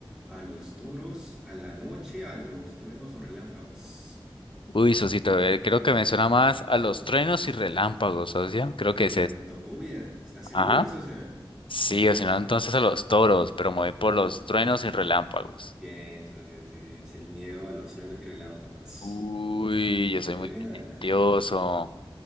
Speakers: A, in the centre; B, on the left (about 65°).
A: ¿A los toros, a la noche, a los truenos o relámpagos?
B: Uy, socito, eh, creo que me suena más a los truenos y relámpagos, socio. Creo que es
A: La
B: este.
A: brontofobia, ¿estás seguro,
B: Ajá.
A: socio?
B: Sí, o si no, entonces a los toros, pero me voy por los truenos y relámpagos.
A: Bien, socio, sí, sí, es el miedo a los truenos y relámpagos.
B: Uy, yo soy
A: Muy
B: muy
A: buena,
B: talentoso.